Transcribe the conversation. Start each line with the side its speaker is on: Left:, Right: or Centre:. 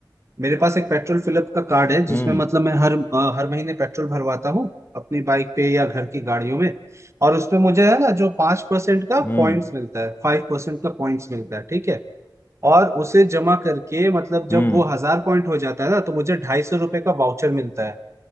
Right: मेरे पास एक पेट्रोल फिलअप का कार्ड है जिसमें
Left: हम्म
Right: मतलब मैं हर अ, हर महीने पेट्रोल भरवाता हूँ अपनी बाइक पे या घर की गाड़ियों में और उसपे मुझे है ना जो पांच परसेंट का
Left: हम्म
Right: पॉइंट्स मिलता है फाइव परसेंट का पॉइंट्स मिलता है ठीक है और उसे जमा करके मतलब जब
Left: हम्म
Right: वो हजार पॉइंट हो जाता है ना तो मुझे ढाई सौ रुपए का वाउचर मिलता है